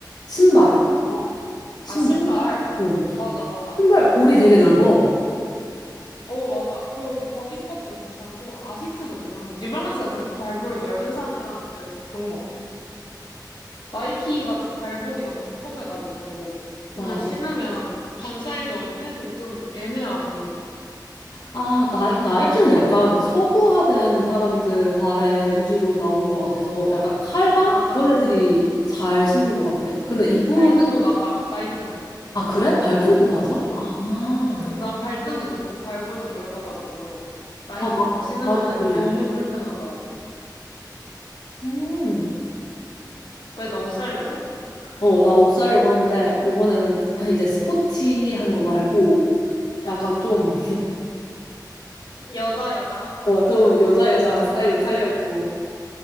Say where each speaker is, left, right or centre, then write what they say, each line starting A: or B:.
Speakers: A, on the left; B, on the left.
A: 신발,
B: 뭐?
A: 신발.
B: 아, 신발.
A: 어.
B: 맞아, 맞아.
A: 신발 볼이 되게 넓어.
B: 어, 맞아. 그리고 거기 것도 괜찮고, 아식스도 괜찮은데, 뉴발란스가 진짜 발볼 넓은 사람들한테는 좋은 것 같아. 나이키가 진짜 발볼이 너무 조그매가지고,
A: 맞아.
B: 오늘 신으면 반 사이즈 업해도 좀 애매하고,
A: 아, 나이, 나이키는 약간 서구화된 사람들 발에 위주로 나온 것 같아서 약간 칼발?
B: 맞아.
A: 이런 애들이 잘 신는 것 같아. 근데 이쁘,
B: 발등도 낮아, 나이키는.
A: 아, 그래? 발등도 낮아?
B: 어.
A: 아,
B: 그래, 난 발등도 높고 발볼도 넓어가지고, 나이키
A: 아, 나,
B: 거 신으면
A: 나도 그래.
B: 너무 불편하더라고.
A: 음.
B: 왜 너 옷 살려고?
A: 어, 나 옷 사려고 하는데, 요번에는 아, 이제 스포티한 거 말고, 약간 좀,
B: 여자, 여자 한 거?
A: 어, 좀 여자 여자한 스타일로
B: <laughs>
A: 사려고.